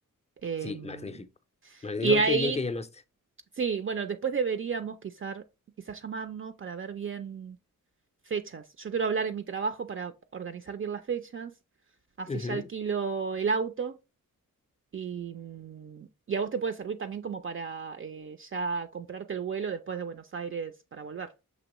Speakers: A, on the right (about 40°); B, on the left (about 20°).
A: Em,
B: Sí, magnífico. Magnífico,
A: y ahí,
B: qué bien que llamaste.
A: sí, bueno, después deberíamos quizás quizás llamarnos para ver bien fechas. Yo quiero hablar en mi trabajo para organizar bien las fechas, así
B: Ujú,
A: ya alquilo el auto y, mm, y a vos te puede servir también como para eh, ya comprarte el vuelo después de Buenos Aires para volver